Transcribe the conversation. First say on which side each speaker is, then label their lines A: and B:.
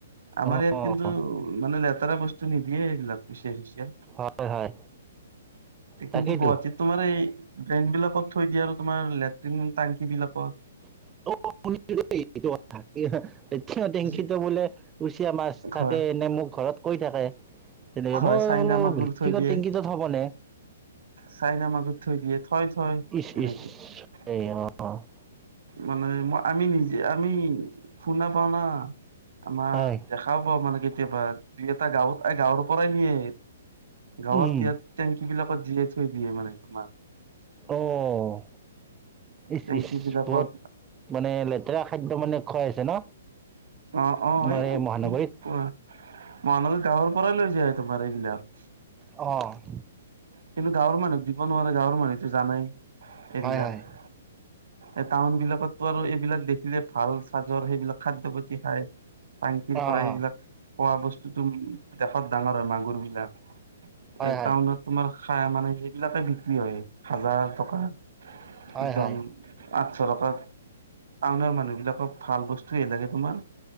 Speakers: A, on the right; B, on the right.
A: আমাৰ
B: অঁ
A: ইয়াত কিন্তু মানে লেতেৰা বস্তু নিদিয়ে কুচিয়া সুচিয়া,
B: হয় হয় তাকেইতো
A: কিন্তু গুৱাহাটীত তোমাৰ এই ড্ৰেইন বিলাকত থৈ দিয়ে আৰু তোমাৰ লেট্ৰিন টেংকি বিলাকত।
B: <unintelligible> এটো কথা। <unintelligible> টেংকিতো
A: যি
B: বোলে কোচিয় মাছ থাকে
A: হয়
B: নে মোক ঘৰত কৈ থাকে। ৰৱ <unintelligible>
A: হয় চাইনা
B: ৰৱ
A: মাগুৰ
B: <unintelligible> ভিদেও
A: থৈ দিয়ে
B: হ'ব নে।
A: চাইনা মাগুৰ থৈ দিয়ে, থয়-থয়
B: ইচ
A: এনেকে।
B: ইচ এই অ'।
A: মানে আমি নিজে, আমি শুনা পাও না। আমাৰ
B: হয়
A: দেখাও পাওঁ মানে কেতিয়াবা, দুই এটা গাঁৱত, এ গাঁৱৰ পৰাই নিয়ে। গাঁৱত
B: উম
A: ইয়াত, টেংকী বিলাকত জীয়াই থৈ দিয়ে মানে তোমাৰ।
B: অ'। ইচ-ইচ
A: টেংকি বিলাকত
B: বহুত মানে, লেতেৰা খাদ্য মানে খাই আছে ন।
A: অ'-অ',
B: আমাৰ
A: এই
B: মহানগৰীত
A: কি কোৱা, মানুহ গাঁৱৰ পৰাই লৈ যায় তোমাৰ এইবিলাক।
B: অ'।
A: কিন্তু গাঁৱৰ মানুহ দিব নোৱাৰে, গাঁৱৰ মানুহেতো জানেই এইবিলাক।
B: হয় হয়
A: এই টাউন বিলাকতটো আৰু এইবিলাক দেখিলে ভাল চাজৰ সেইবিলাক খাদ্যপাতি খায়। টাংকিৰ
B: অ
A: পৰা
B: অ
A: এইবিলাক খোৱা বস্তুতো দেশত ডাঙৰ হয় মাগুৰ বিলাক।
B: হয়
A: এ
B: হয়
A: টাউনত তোমাৰ খায়ে মানে সেইবিলাকে বিক্ৰী হয় হাজাৰ টকা।
B: হয়
A: একদম
B: হয়
A: আঠশ টকা, টাউনৰ মানুহবিলাকক ভাল বস্তুয়েই লাগে তোমাৰ